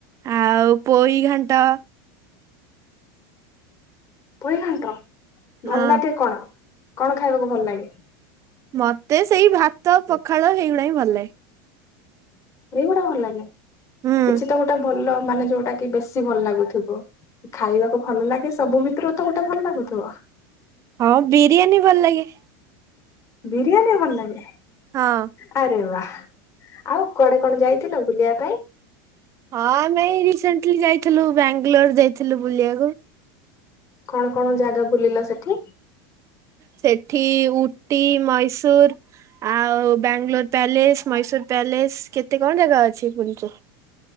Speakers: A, on the right; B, on the left.
A: ଆଉ ପୋଇ ଘାଣ୍ଟ
B: ପୋଇ ଘାଣ୍ଟ ଭଲଲାଗେ
A: ହଁ
B: କଣ କଣ ଖାଇବାକୁ ଭଲ ଲାଗେ?
A: ମତେ ସେଇ ଭାତ ପଖାଳ ହେଉଡ଼ା ହିଁ ଭଲ ଲାଗେ।
B: ଏଉଡା ଭଲ ଲାଗେ
A: ହୁଁ
B: କିଛି ତ ଗୋଟେ ଭଲ ମାନେ ଯୋଉଟା କି ବେଶୀ ଭଲ ଲାଗୁଥିବ। ଖାଇବାକୁ ଭଲ ଲାଗେ ସବୁ ଭିତରୁ ତ ଗୋଟେ ଭଲ ଲାଗୁଥିବ।
A: ହଁ ବିରିୟାନୀ ଭଲ ଲାଗେ।
B: ବିରିୟାନୀ ଭଲ ଲାଗେ।
A: ହଁ
B: ଆରେ ବାହା ଆଉ କୁଆଡେ କଣ ଯାଇଥିଲ ବୁଲିବା ପାଇଁ?
A: ହଁ ଆମେ ରିସେଣ୍ଟଲି ଯାଇଥିଲୁ ବାଙ୍ଗାଲୋର ଯାଇଥିଲୁ ବୁଲିବାକୁ।
B: କଣ କଣ ଜାଗା ବୁଲିଲ ସେଠି?
A: ସେଠି ଉଟି ମୈସର ଆଉ ବାଙ୍ଗଲୋର ପ୍ୟାଲେସ ମହଶର ପ୍ୟାଲେସ କେତେ କଣ ଜାଗା ଅଛି ପୁଲିଚୁ।